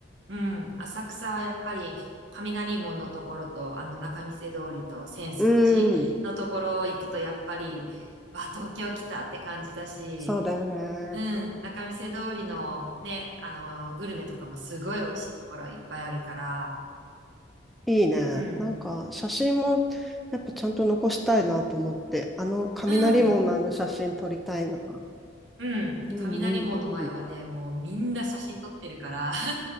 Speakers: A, on the right; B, in the centre.
A: うん。浅草はやっぱり、雷門のところと、あの仲見世通りと浅草寺のところ行くと、
B: うん。
A: やっぱり、わあ、東京来たって感じだし、
B: そうだよね。
A: うん、仲見世通りのね、あの、グルメとかもすごい美味しいところいっぱいあるから、
B: いいね。
A: うん、
B: なんか写真もやっぱちゃんと残したいなと思って、あの雷門のあの写真撮りたいな。
A: うん、うん。
B: うんうんうん。
A: 雷門の前はね、もうみんな写真撮ってるから、